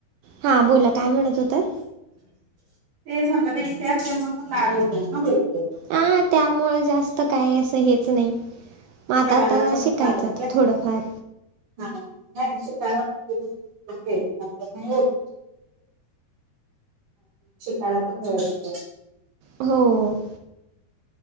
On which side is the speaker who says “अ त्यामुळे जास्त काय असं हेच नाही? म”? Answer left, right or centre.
Right